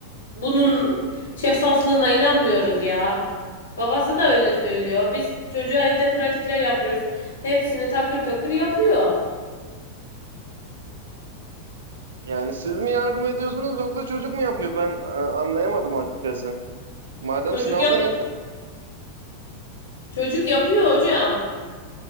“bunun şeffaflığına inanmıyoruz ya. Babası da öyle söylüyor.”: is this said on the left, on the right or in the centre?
Left